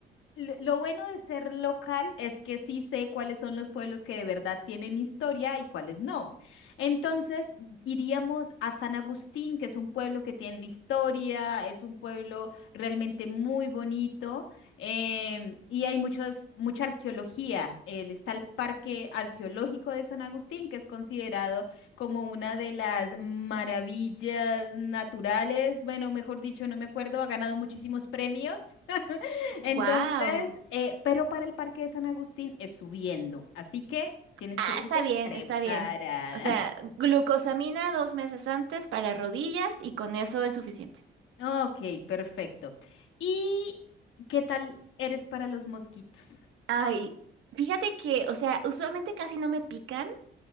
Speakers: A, on the left; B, on the right.
A: lo lo bueno de ser local es que sí sé cuáles son los pueblos que de verdad tienen historia y cuáles no. Entonces, iríamos a San Agustín, que es un pueblo que tiene historia, es un pueblo realmente muy bonito em, y hay muchos, mucha arqueología. El- está el Parque Arqueológico de San Agustín, que es considerado como una de las maravillas naturales, bueno, mejor dicho, no me acuerdo, ha ganado muchísimos premios. <laughs> Entonces,
B: Wow.
A: eh, pero para el Parque de San Agustín es subiendo, así que tienes
B: Ah,
A: que irte
B: está bien,
A: preparada.
B: está bien. O sea,
A: <laughs>
B: glucosamina dos meses antes para las rodillas y con eso es suficiente.
A: Ok, perfecto. ¿Y qué tal eres para los mosquitos?
B: Ay, fíjate que, o sea, usualmente casi no me pica.